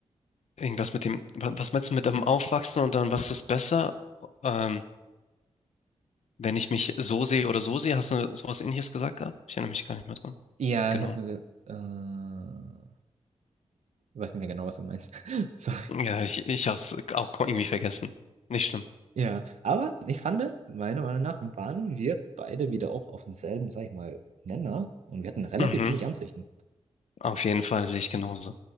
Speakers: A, on the left (about 75°); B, on the right (about 80°).
A: irgendwas mit dem, wa- was meinst du mit dem Aufwachsen und dann was ist besser? Ähm, Wenn ich mich so sehe oder so sehe, hast du sowas Ähnliches gesagt gehabt? Ich erinnere mich gar nicht mehr dran.
B: ja,
A: Genau.
B: ich habe nur, äh, weiß nicht mehr genau, was du meinst. <laughs> Sorry.
A: Ja, ich, ich habe es auch irgendwie vergessen. Nicht schlimm.
B: Ja, aber ich fand, meiner Meinung nach waren wir beide wieder auch auf demselben, sag ich mal, Nenner und wir hatten relativ
A: Mhm.
B: ähnliche Ansichten.
A: Auf jeden Fall sehe ich genauso.